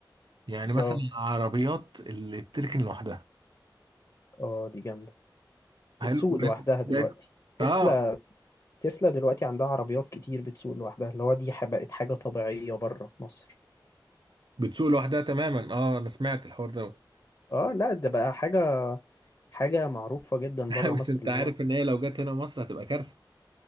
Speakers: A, on the right (about 75°); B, on the left (about 45°).
A: يعني مثلا
B: اه
A: العربيات اللي بتركن لوحدها
B: اه دي جامدة بتسوق
A: حلو
B: لوحدها
A: بقت
B: دلوقتي
A: بقت-
B: تسلا
A: اه
B: تسلا دلوقتي عندها عربيات كتير بتسوق لوحدها اللي هو دي ح- بقت حاجة طبيعية بره مصر
A: بتسوق لوحدها تماما اه انا سمعت الحوار ده
B: اه لا ده بقى حاجة حاجة معروفة جدا
A: <laughs>
B: بره
A: بس
B: مصر
A: انت
B: اللي
A: عارف
B: هو
A: ان هي لو جت هنا مصر هتبقى كارثه